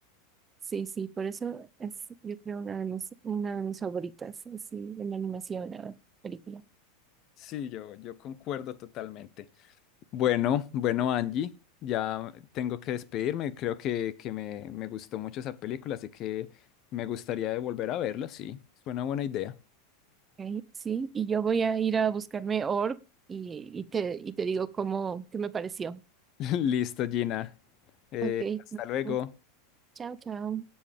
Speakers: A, on the right; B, on the left.
A: sí, sí, por eso es, yo creo, una de mis, una de mis favoritas, así, en la animación, la película.
B: Sí, yo, yo concuerdo totalmente. Bueno, bueno, Angie, ya tengo que despedirme. Creo que, que me, me gustó mucho esa película, así que me gustaría de volver a verla, sí. Suena buena idea.
A: Ok, Sí, y yo voy a ir a buscarme Org y, y te, y te digo cómo, qué me pareció.
B: <laughs> Listo, Gina. Eh,
A: Ok.
B: hasta
A: nos
B: luego.
A: vemos. Chao, chao.